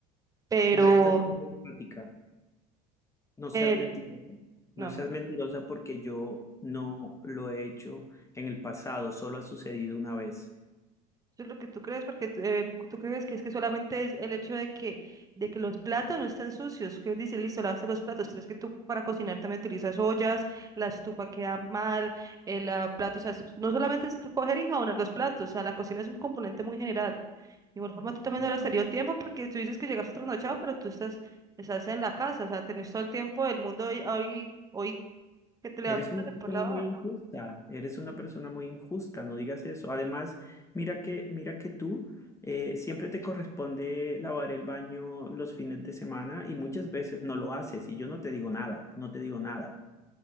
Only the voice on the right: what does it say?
pero
el,
no,
no.
Eso es lo que tú crees, porque tú eh, tú crees que es que solamente es el hecho de que, de que los platos no están sucios, que dice, listo, lavaste los platos, pero es que tú para cocinar también utilizas ollas, la estufa queda mal, el plato, o sea, es- no solamente es coger y enjabonar los platos, o sea, la cocina es un componente muy general. De igual forma, tú también
no le has tenido tiempo porque tú dices que llegas trasnochado, pero tú estás, estás en la casa, o sea, tenés todo el tiempo del mundo hoy, hoy, hoy que te levantas
para
poder lavar.